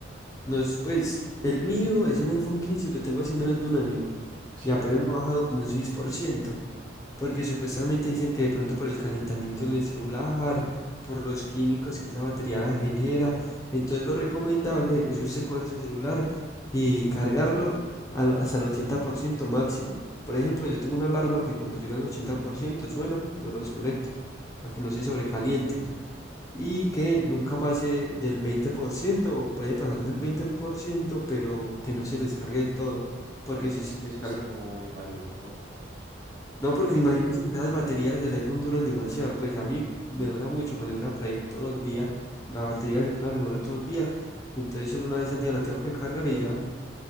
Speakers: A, on the left; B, on the right.
A: No es, pues, el mío es un iPhone 15 y lo tengo hace menos de un año
B: Sí,
A: y apenas me ha bajado como un seis por ciento Porque supuestamente dicen que de pronto por el calentamiento en el celular, por los químicos que esa batería genera, entonces lo recomendable es usted coger su celular y cargarlo al- hasta el 80% máximo. Por ejemplo, yo tengo una alarma que cuando llega al 80% suena, yo lo desconecto para que no se sobrecaliente y que nunca pase del 20% o puede pasar del 20% pero que no se descargue del todo, porque
B: Pero eso,
A: si
B: es-
A: se descarga
B: eso está como muy maluco,
A: no, porque
B: porque,
A: <laughs> imagínense que las baterías del iPhone duran demasiado. Pues a mí me dura mucho, me dura por ahí todo el día. La batería del celular me dura todo el día. Entonces solo una vez al día la tengo que cargar y ya.